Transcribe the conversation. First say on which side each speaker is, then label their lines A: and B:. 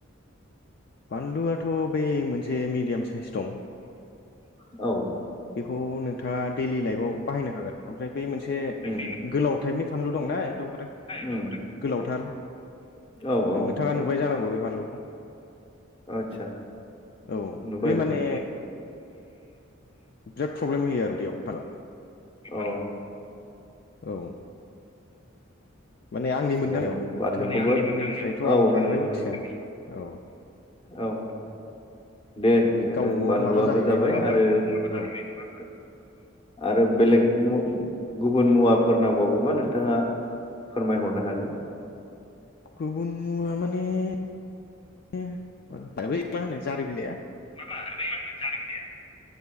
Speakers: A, on the left (about 50°); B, on the left (about 25°).
A: बानलुआथ' बे मोनसे से मिदियाम साइस दं
B: औ
A: बेखौ नोंथाङा दैलि लाइफआव बाहायनो हागोन ओमफ्राय बे मोनसे
B: उम
A: गोलाव टाइपनि फानलु दंना एकदमबारे
B: उम
A: गोलावथार
B: औ औ
A: ओ नोंथाङा नुबाय जानांगौ बे बानलुखौ
B: आदसा
A: औ
B: नुबाय
A: बे माने
B: नुबाय
A: जोब फ्रब <unintelligible>
B: औ
A: औ माने आंनि
B: थिगानो
A: मोनदांनायाव औ नोंथांमोननिफ्रायथ'
B: बानलुखौबो औ
A: आं बांद्राय
B: नंगौ
A: मिथिया
B: नंगौ
A: औ
B: औ दे
A: बे
B: नोंथां
A: गावबागाव
B: बानलुआबो
A: माबा जाहैबाय
B: जाबाय
A: नङा होमबा
B: आरो माबा जाहैबाय
A: औ
B: नंङा होनबा औ आरो बेलेग मु गुबुन मुवाफोर नांबावगौबा नोंथाङा फोरमायहरनो हागोन।
A: गुबुन मुवा माने ओ मा होनो जारि बिलाइआ
B: माबा बै मा होनो जारि बिलाइया